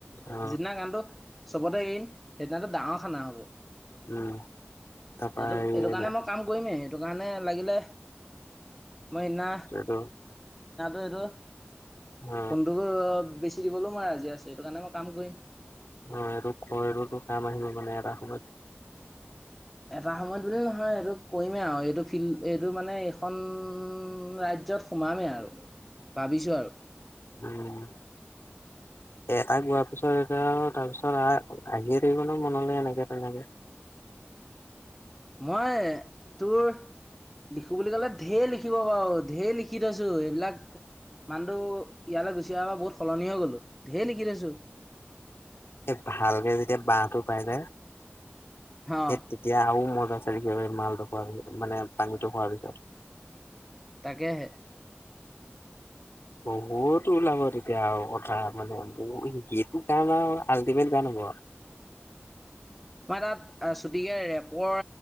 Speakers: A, on the left; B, in the centre.
A: অ
B: যিদিনা গানটো চবতে এৰিম সেইদিনাটো ডাঙৰ খানা হ'ব।
A: উম তাৰপা
B: এইটো,
A: হেৰি
B: এইটো কাৰণে
A: নে
B: মই কাম কৰিমেই সেইটো কাৰণে লাগিলে মই সিদিনা
A: এইটো
B: সেইটো <unintelligible>
A: অ
B: কোনটো বেছি দিবলৈও মই আজি আছো সেইটো কাৰণে মই কাম কৰিম
A: অ এই খো কাম আহিল মানে এৰা সময়ত
B: এটা সময়ত বুলি নহয় এইটো কৰিমেই আৰু এইটো ফিল্ এইটো মানে এইখন ৰাজ্যত সোমামেই আৰু ভাবিছো আৰু।
A: উম এটা গোৱাৰ পিছত এতিয়া তাৰ পিছত আহ আহিয়ে থাকিব ন মনলৈ এনেকে তেনেকে।
B: মই তোৰ লিখো বুলি ক'লে ঢেৰ লিখো। কি কবা আৰু ধে লিখি লিখি থৈছোঁ এইবিলাক মানুহটো ইয়ালৈ গুচি আহাৰ পৰা বহুত সলনি হৈ গ'লোঁ, ঢেৰ লিখি থৈছোঁ।
A: এ ভালকে যেতিয়া বাহটো পাই নে?
B: অ'
A: এ তেতিয়া আৰু ম <unintelligible> মালটো খোৱা মানে পানীটো খোৱাৰ পিছত।
B: তাকেহে।
A: বহুত ওলাব তেতিয়া আৰু কথা মানে, এইটো কাৰণে মানে আল্টিমেট গান হ'ব আৰু।
B: মই তাত চুটিকে ৰেপৰ